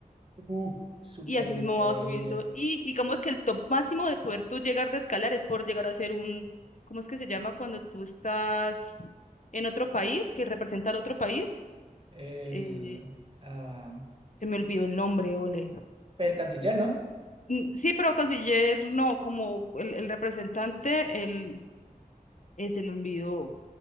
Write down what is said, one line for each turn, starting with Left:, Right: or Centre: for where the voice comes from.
Right: uh, súper
Left: y así
Right: increíble.
Left: mismo va subiendo. Y digamos que el top máximo de poder tú llegar de escalar es por llegar a ser un, ¿cómo es que se llama cuando tú estás en otro país, que representa al otro país?
Right: El,
Left: Eh,
Right: ah,
Left: se me olvidó el nombre, ole.
Right: el canciller, ¿no?
Left: Mm, Sí, pero canciller no, como el, el representante, el, eh, se me olvidó.